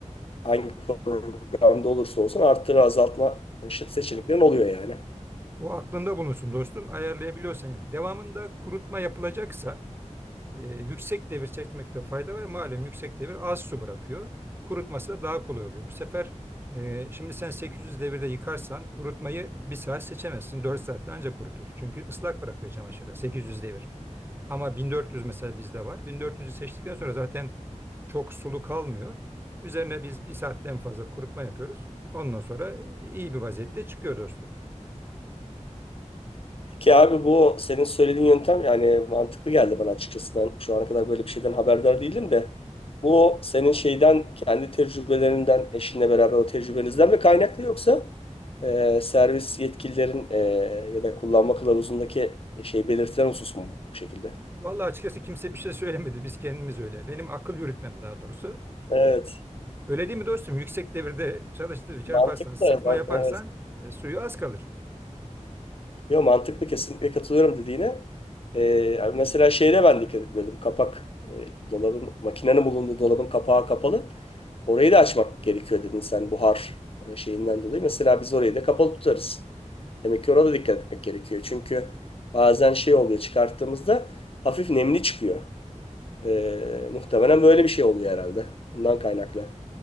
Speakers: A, on the left (about 50°); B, on the right (about 20°).
A: hangi programda olursa olsun arttırı azaltma ş- seçeneklerin oluyor yani.
B: O aklında bulunsun dostum. Ayarlayabiliyorsan. Yani Devamında kurutma yapılacaksa E, yüksek devir çekmekte fayda var. Malum yüksek devir az su bırakıyor. Kurutması da daha kolay oluyor. Bu sefer e, şimdi sen 800 devirde yıkarsan kurutmayı bir saat seçemezsin. 4 saatte ancak kurutur. Çünkü ıslak bırakıyor çamaşırı 800 devir. Ama 1400 mesela bizde var. 1400'ü seçtikten sonra zaten çok sulu kalmıyor. Üzerine biz bir saatten fazla kurutma yapıyoruz. Ondan sonra iyi bir vaziyette çıkıyor dostum.
A: Ki abi bu senin söylediğin yöntem yani mantıklı geldi bana açıkçası. Ben şu ana kadar böyle bir şeyden haberdar değilim de bu senin şeyden kendi tecrübelerinden eşinle beraber o tecrübenizden mi kaynaklı yoksa e, servis yetkililerin e, ya da kullanma kılavuzundaki şey belirtilen husus mu bu şekilde?
B: Vallahi açıkçası kimse bir şey söylemedi. Biz kendimiz öyle. Benim akıl yürütmem daha doğrusu.
A: Evet.
B: Öyle değil mi dostum? Yüksek devirde çalıştığı bir şey
A: Mantıklı.
B: yaparsan, sıkma
A: Ben-
B: yaparsan
A: evet.
B: e, suyu az kalır.
A: Yo mantıklı kesinlikle katılıyorum dediğine. Ee, mesela şeyde ben dikkat etmiyordum. Kapak e, dolabın makinenin bulunduğu dolabın kapağı kapalı. Orayı da açmak gerekiyor dedin sen buhar e, şeyinden dolayı. Mesela biz orayı da kapalı tutarız. Demek ki ona da dikkat etmek gerekiyor. Çünkü bazen şey oluyor çıkarttığımızda hafif nemli çıkıyor. Ee, muhtemelen böyle bir şey oluyor herhalde. Bundan kaynaklı.